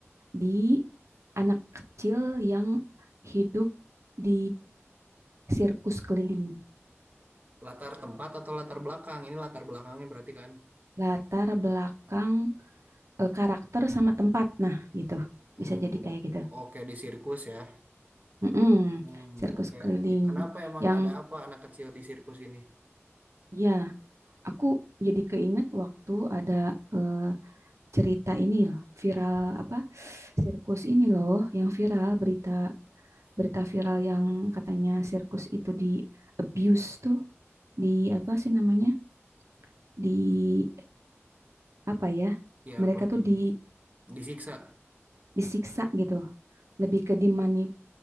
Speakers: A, on the right; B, on the right.
A: di anak kecil yang hidup di sirkus keliling.
B: Latar tempat atau latar belakang? Ini latar belakangnya berarti kan?
A: Latar belakang eh, karakter sama tempat. Nah, gitu.
B: Hmm,
A: Bisa jadi kayak gitu.
B: oke di sirkus ya.
A: Mm-mm,
B: Hmm,
A: sirkus
B: oke.
A: keliling
B: Ya, Kenapa emang
A: yang
B: ada apa anak kecil di sirkus ini?
A: ya aku jadi keinget waktu ada eh, cerita ini loh, viral apa? Sirkus ini loh yang viral berita berita viral yang katanya sirkus itu di abuse tuh di apa sih namanya di apa ya
B: Ya
A: mereka
B: apa di
A: tuh di
B: disiksa?
A: disiksa gitu lebih ke dimani,